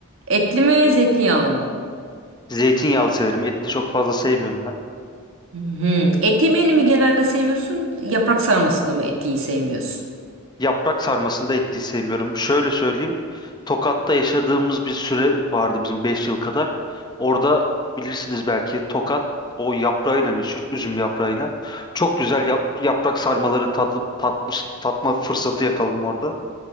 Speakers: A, on the right (about 60°); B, on the left (about 20°).
A: Etli mi, zeytinyağlı mı?
B: zeytinyağlı severim. Etli çok fazla sevmiyorum ben.
A: Hı hı. Et yemeğini mi genelde sevmiyorsun? Yaprak sarmasını mı etliyi sevmiyorsun?
B: yaprak sarmasında ettiği sevmiyorum. Şöyle söyleyeyim. Tokat'ta yaşadığımız bir süre vardı bizim 5 yıl kadar. Orada bilirsiniz belki Tokat o yaprağıyla meşhur üzüm yaprağıyla. Çok güzel yap- yaprak sarmaları tadı, tatmış, tatma fırsatı yakaladım orada.